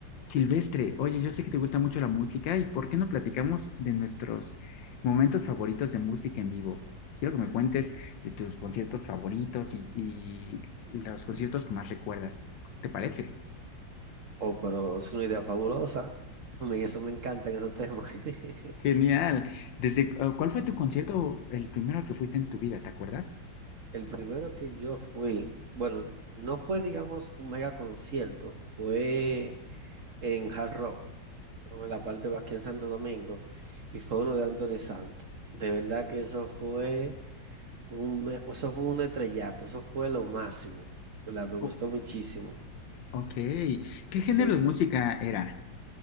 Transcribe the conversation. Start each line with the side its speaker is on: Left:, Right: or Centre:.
Left: Silvestre, oye, yo sé que te gusta mucho la música y ¿por qué no platicamos de nuestros momentos favoritos de música en vivo? Quiero que me cuentes de tus conciertos favoritos y, y los conciertos que más recuerdas. ¿Te parece?
Right: Oh, pero es una idea fabulosa. <laughs> A mí eso me encantan esos temas. <laughs>
Left: Genial. Desde, cu- ¿cuál fue tu concierto, el primero al que fuiste en tu vida? ¿Te acuerdas?
Right: El primero que yo fui, bueno, no fue, digamos, un mega concierto, fue en Hard Rock, en la parte de aquí en Santo Domingo, y fue uno de Anthony Santos. De verdad que eso fue un, me- eso fue un estrellato, eso fue lo máximo, ¿verdad? Me gustó
Left: Oh,
Right: muchísimo.
Left: ok. ¿Qué
Right: Sí,
Left: género de música era?